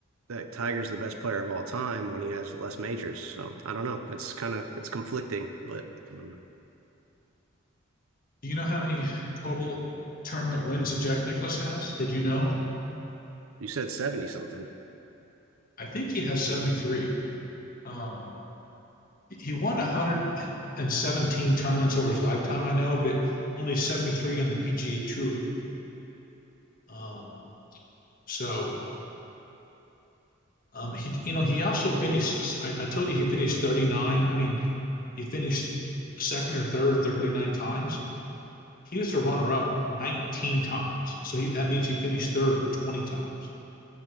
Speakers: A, on the right (about 80°); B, on the left (about 40°).
A: that Tiger's the best player of all time when he has less majors. So I don't know. It's kind of it's conflicting, but um,
B: Do you know how many total tournament wins that Jack Nicklaus has? Did you know?
A: you said 70 something.
B: I think he has 73. Um, he won 117 tournaments over his lifetime, I know, but only 73 on the PGA Tour. Um, so um, he, you know, he also finished. I, I told you he finished 39. I mean, he finished second or third 39 times. He was a runner-up 19 times. So he, that means he finished third 20 times.